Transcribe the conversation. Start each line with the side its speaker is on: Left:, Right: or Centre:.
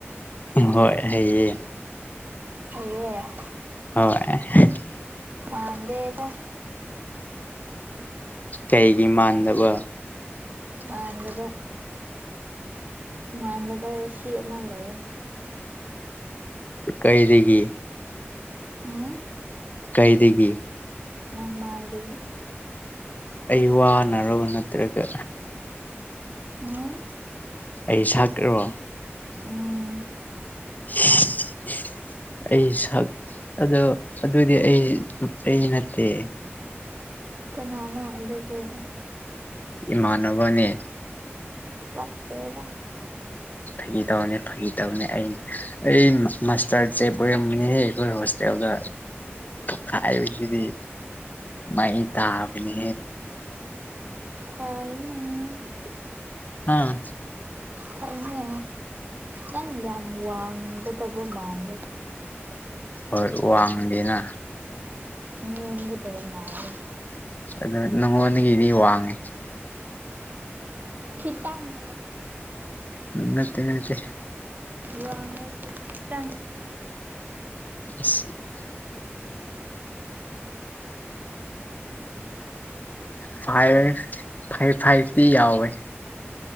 Left: ꯍꯣꯏ ꯍꯩꯌꯦ
Right: ꯍꯩꯌꯦ
Left: ꯍꯣꯏ
Right: ꯃꯗꯦꯗ
Left: ꯀꯩꯒꯤ ꯃꯥꯟꯗꯕ
Right: ꯃꯥꯟꯕ ꯃꯥꯟꯗꯅꯕ ꯔꯁꯤ ꯑꯃ ꯂꯩꯌꯦ
Left: ꯀꯩꯏꯔꯤꯒꯤ
Right: ꯎꯝ
Left: ꯀꯩꯗꯒꯤ
Right: ꯅꯪ ꯃꯥꯗꯒꯤ
Left: ꯑꯩ ꯋꯥꯅꯔꯕ ꯅꯠꯇ꯭ꯔꯒ
Right: ꯎꯝ
Left: ꯑꯩ ꯁꯛ꯭ꯔꯣ
Right: ꯎꯝ
Left: <unintelligible> ꯑꯩ ꯁꯛ ꯑꯗꯣ ꯑꯗꯨꯗꯤ ꯑꯩ ꯑꯩ ꯅꯠꯇꯦ
Right: ꯀꯅꯥꯅꯣ ꯑꯗꯨꯒꯤ
Left: ꯏꯃꯅꯅꯕꯅꯦ
Right: ꯄꯠꯇꯦꯗ
Left: ꯐꯥꯒꯤ ꯇꯧꯔꯅꯤ ꯐꯥꯒꯤ ꯇꯧꯅꯦ ꯑꯩ ꯑꯩ ꯃꯥꯁꯇꯔꯁꯦꯞ ꯑꯣꯏꯔꯝꯝꯕꯅꯤꯍꯦ ꯑꯩꯈꯣꯏ ꯍꯣꯁꯇꯦꯜꯗ ꯈꯥꯏꯕꯁꯤꯗꯤ ꯃ ꯇꯥꯕꯅꯤ
Right: ꯍꯥꯏꯥꯏꯅꯤ
Left: ꯑꯥ
Right: ꯊꯛꯅꯦ ꯅꯪ ꯌꯥꯝ ꯋꯥꯡꯒꯗꯕ ꯃꯥꯟꯗꯦ
Left: ꯍꯣꯏ ꯋꯥꯡꯗꯦꯅ
Right: ꯃꯕꯨ ꯇꯕꯃꯔ
Left: ꯑꯗꯣ ꯅꯪꯉꯣꯟꯗꯒꯤꯗꯤ ꯋꯥꯡꯉꯦ
Right: ꯈꯤꯇꯪ
Left: ꯅꯠꯇꯦ ꯅꯠꯇꯦ
Right: ꯋꯥꯡ ꯉꯁꯨ ꯇꯪ
Left: <unintelligible> ꯐꯥꯏꯚ ꯐꯥꯏꯚ ꯐꯥꯏꯚꯇꯤ ꯌꯥꯎꯋꯦ